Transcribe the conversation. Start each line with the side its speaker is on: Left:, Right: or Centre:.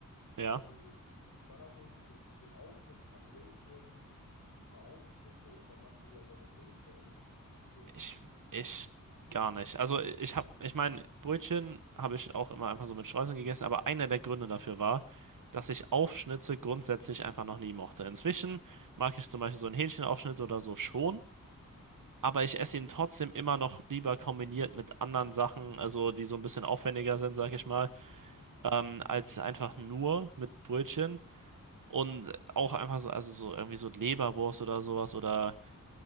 Left: Aber
Right: ja.
Left: dieses standardmäßige mit bisschen Aufschnitt, ein paar Brötchen, ein paar Aufstriche und dann machst du dir halt deine Brötchen da irgendwie. Ich finde, ich liebe das.
Right: Ich, ich gar nicht. Also ich habe, ich meine, Brötchen habe ich auch immer einfach so mit Streuseln gegessen, aber einer der Gründe dafür war, dass ich Aufschnitte grundsätzlich einfach noch nie mochte. Inzwischen mag ich zum Beispiel
Left: Krass.
Right: so einen Hähnchenaufschnitt oder so schon, aber ich
Left: Ja.
Right: esse ihn trotzdem immer noch lieber kombiniert mit anderen Sachen, also die so ein bisschen aufwendiger sind, sag ich mal,
Left: Mhm.
Right: ähm, als einfach nur mit Brötchen. Und auch einfach so, also so irgendwie so Leberwurst oder sowas oder